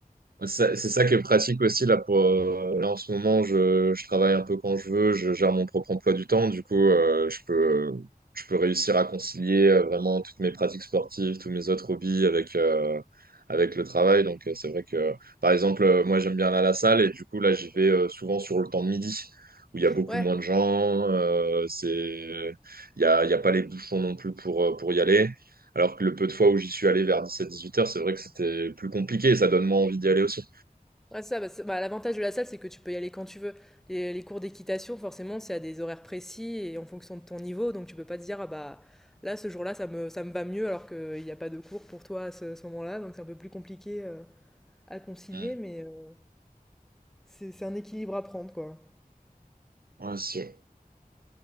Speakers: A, on the right; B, in the centre.
A: Ça- C'est ça qui est pratique aussi là pour euh, là en ce moment je, je travaille un peu quand je veux, je gère mon propre emploi du temps, du coup euh, je peux je peux réussir à concilier euh, vraiment toutes mes pratiques sportives, tous mes autres hobbies avec euh, avec le travail. Donc euh, c'est vrai que par exemple euh, moi j'aime bien aller à la salle et du coup là j'y vais euh, souvent sur le temps de midi où il y a beaucoup
B: Ouais,
A: moins de gens, euh, c'est il y a il y a pas les bouchons non plus pour euh, pour y aller. Alors que le peu de fois où j'y suis allé vers 17-18 heures, c'est vrai que c'était plus compliqué et ça donne moins envie d'y aller aussi.
B: ouais, ça, bah, c'est- bah, l'avantage de la salle, c'est que tu peux y aller quand tu veux. Les, les cours d'équitation, forcément, c'est à des horaires précis et en fonction de ton niveau, donc tu peux pas te dire, ah bah là, ce jour-là, ça me, ça me va mieux alors qu'il n'y a pas de cours pour toi à ce, ce moment-là, donc c'est un peu plus compliqué euh, à concilier,
A: Mm.
B: mais euh, c'est, c'est un équilibre à prendre, quoi.
A: Ouais, c'est sûr.